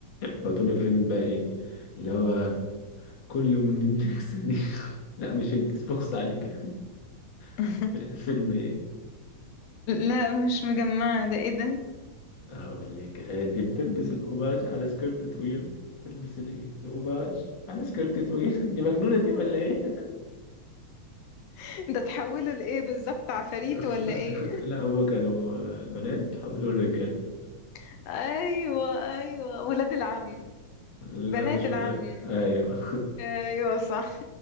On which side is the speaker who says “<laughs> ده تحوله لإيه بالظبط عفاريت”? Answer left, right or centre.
Left